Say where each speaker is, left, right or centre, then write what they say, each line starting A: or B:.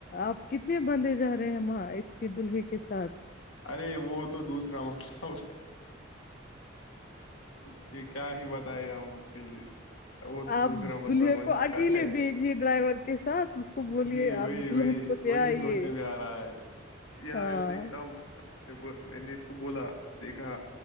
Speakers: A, on the left; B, on the left.
A: آپ کتنے بندے جا رہے ہیں وہاں اس کے دلہے کے ساتھ
B: ارے وہ تو دوسرا مسئلہ ہو اس کے کیا ہی بتائے ہم اس کے وہ تو
A: آپ
B: دوسرا مسئلہ
A: دلہے
B: بن
A: کو
B: چکا
A: اکیلے
B: ہے
A: بھیجیے ڈرائیور کے ساتھ اس کو بولیے
B: جی وہی
A: آپ دلہن
B: وہی
A: کو لے
B: وہی
A: آئیے
B: سوچنے میں آ رہا ہے یہاں
A: ہاں
B: اتنی کم میں نے اس کو بولا دیکھا